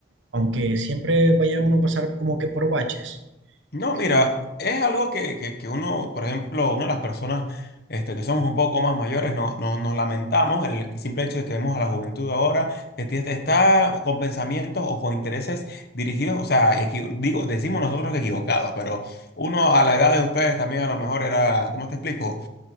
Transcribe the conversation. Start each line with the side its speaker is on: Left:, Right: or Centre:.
Right: aunque siempre vaya uno a pasar como que por baches.
Left: No,
Right: Sí,
Left: mira, es algo que, que- que uno, por ejemplo, una de las personas este, que somos un poco más mayores, no, no- nos lamentamos el simple hecho de que vemos a la juventud ahora que tie- está con pensamientos o con intereses dirigidos, o sea, equi- digo, decimos nosotros que equivocados, pero uno a la edad de ustedes también a lo mejor era, ¿cómo te explico?